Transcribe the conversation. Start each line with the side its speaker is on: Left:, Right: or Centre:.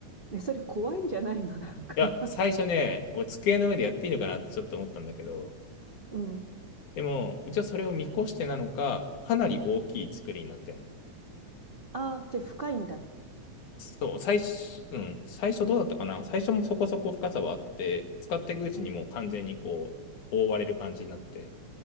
Right: ね、それ怖いんじゃないのなんか。
Left: や、最初ね、俺机の上でやっていいのかなってちょっと思ったんだけど、
Right: うん。
Left: でも、一応それを見越してなのか、かなり大きい作りになってるの。
Right: ああ、じゃあ深いんだ。
Left: そう、最初、うん、最初どうだったかな最初もそこそこ深さはあって、使っていくうちにもう完全にこう、
Right: うん、
Left: 覆われる感じになって、